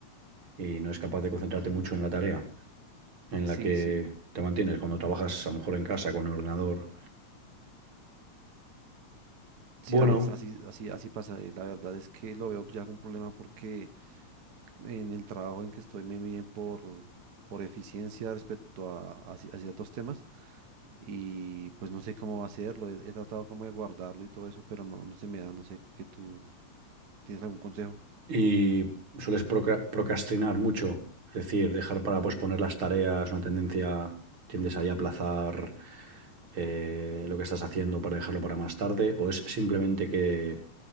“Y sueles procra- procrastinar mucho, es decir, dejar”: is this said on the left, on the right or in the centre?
Right